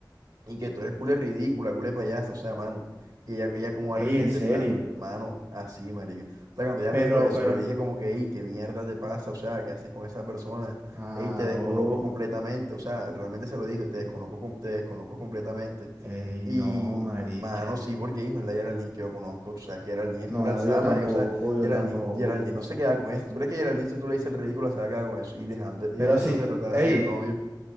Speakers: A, on the right; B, on the right.
A: y que tú eres culé ridícula, culé payasa, o sea, mano. Y ella, ella cómo va
B: Ey,
A: a recibir
B: en
A: ese
B: serio.
A: trato. Mano, así, marica. O sea, cuando ella
B: Pero,
A: me dijo eso,
B: pero.
A: yo le dije como que, ey, ¿qué mierda te pasa? O sea, ¿qué haces con esa persona?
B: Aro.
A: Ey, te desconozco completamente. O sea, realmente se lo dije, te desconozco, com- te desconozco completamente.
B: Ey,
A: Y,
B: no, marica.
A: mano, sí, porque ahí no es la Geraldine que yo conozco. Tú sabes que Geraldine es
B: No,
A: culo alzada,
B: yo tampoco,
A: marica. O sea,
B: yo
A: Geraldine,
B: tampoco.
A: Geraldine no se queda con eso. ¿Tú crees que Geraldine, si tú le dices el ridículo, se va a quedar con eso? Y dejando, y
B: Pero
A: dejándose
B: sí,
A: tratar así
B: ey,
A: al novio.